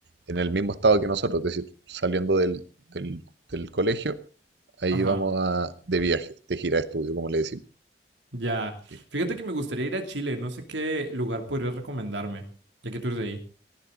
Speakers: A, on the right (about 75°); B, on the right (about 85°).
A: en el mismo estado que nosotros, es decir, saliendo del, del, del colegio, ahí
B: Ajá.
A: vamos a, de viaje, de gira de estudio, como le decimos.
B: Ya.
A: Sí.
B: Fíjate que me gustaría ir a Chile. No sé qué lugar podrías recomendarme, ya que tú eres de ahí.